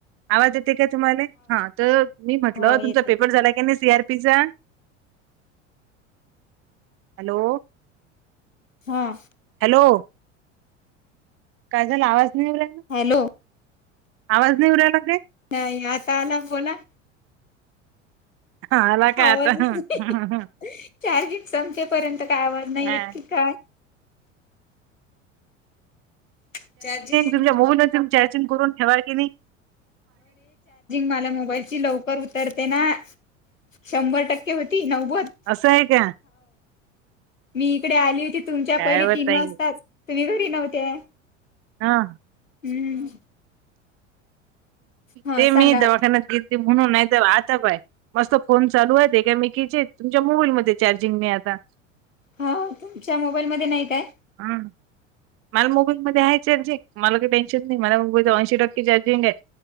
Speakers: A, on the right; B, on the left.
A: आवाज येते का तुम्हाला हा तर मी म्हटलं
B: हाव येते
A: तुमचा पेपर झाला का नाही सी आरपीचा. हॅलो.
B: हां.
A: हॅलो. काय झाला आवाज नाही आला.
B: हॅलो.
A: आवाज नाही येऊ राहिला काय
B: नाही आता आला बोला.
A: हा आला का
B: आवाज
A: आता
B: चा <unintelligible> संपेपर्यंत काय आवज नाही
A: हा
B: येत की काय. <inaudible> चार्जिंग
A: तुमच्या मोबाईल तुम्ही चार्जिंग करून ठेवा की नाही.
B: मला मोबाईलची लव पण उतरते ना शंभर टक्के होती नव्वद
A: असं
B: हो
A: आहे का
B: मी इकडे आली होती तुमच्या
A: काय
B: पहिली
A: व
B: तीन
A: ताई
B: वाजताच तुम्ही घरी नव्हते्या.
A: हा.
B: हम्म! हा
A: ते मी
B: सांगा आता
A: दवाखान्यात घेतली म्हणून नाही तर आता बाय मस्त फोन चालू आहेत एकामेकीचे तुमच्या मोबाईलमध्ये चार्जिंग नाही आता.
B: हा तुमच्या मोबाईलमध्ये नाही काय.
A: हा! मला मोबाईल मध्ये आहे चार्जिंग मला काही टेन्शन नाही मला मोबाईल ऐंशी टक्के चार्जिंग आहे.